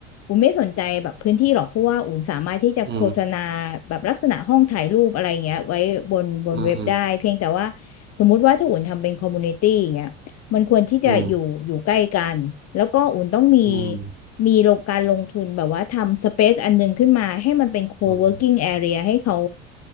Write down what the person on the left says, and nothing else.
อุ่นไม่สนใจแบบพื้นที่หรอกเพราะว่าอุ่นสามารถที่จะโฆษณา
แบบลักษณะห้องถ่ายรูปอะไรเงี้ยไว้บนบนเว็บได้เพียงแต่ว่า
สมมุติว่าถ้าอุ่นทำเป็นคอมมูนิตี้อย่างเงี้ยมันควรที่จะอยู่อยู่ใกล้กันแล้วก็อุ่นต้องมี
มีโลงการลงทุนแบบว่าทำสเปซอันหนึงขึ้นมาให้มันเป็นโคเวิร์กิ้งแอเรียให้เขา